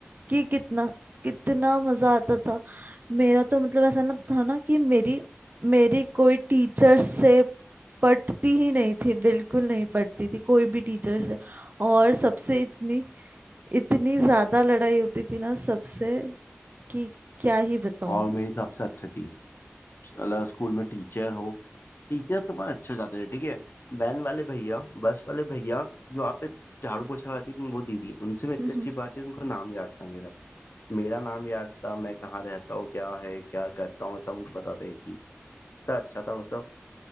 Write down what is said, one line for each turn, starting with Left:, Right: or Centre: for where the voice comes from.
Right: कि कितना कितना मजा आता था मेरा तो मतलब ऐसा ना था ना कि मेरी मेरी कोई टीचर से पटती ही नहीं थी बिल्कुल नहीं पटती थी कोई भी टीचर से और सबसे इतनी इतनी ज्यादा लड़ाई होती थी ना सबसे कि क्या ही बताऊं
Left: और
Right: मैं
Left: मेरी सबसे अच्छी थी मतलब स्कूल में टीचर हो टीचर तो बहुत अच्छे हो जाते थे ठीक है वैन वाले भैया बस वाले भैया जो आप पे झाड़ू पोछा लगाती थी वो दीदी उनसे मैं इतनी
Right: हम्म
Left: अच्छी बात है उनका नाम याद था मेरा मेरा नाम याद था मैं कहाँ रहता हूँ क्या है क्या करता हूँ मैं सब उनको बताता ये चीज़ इतना अच्छा था वो सब